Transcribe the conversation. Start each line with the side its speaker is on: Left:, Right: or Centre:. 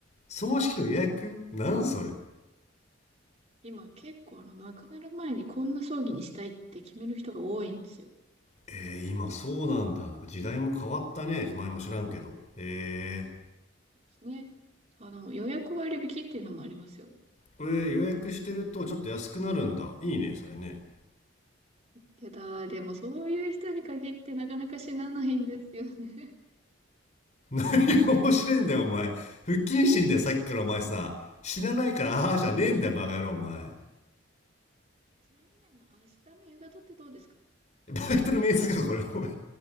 Left: 葬式の予約なんそれ
Right: 今結構、あの、亡くなる前にこんな葬儀にしたいって決める人が多いんですよ。
Left: えー、今そうなんだ。なんか時代も変わったね。前も知らんけど。え
Right: そうですね。あの、予約割引っていうのもありますよ。
Left: ー、え予約してるとちょっと安くなるんだ。いいね、それね。
Right: いやだー、でもそういう人に限ってなかなか死なないんですよね。
Left: <laughs> いや、面白いんだよ、お前。不謹慎だよ、さっきからお前さ。死なないから、ああじゃねえんだよ、バカ野郎、お前。
Right: <laughs> ちなみに、あの、明日の夕方ってどうですか
Left: バイトの面接か、これ、おい。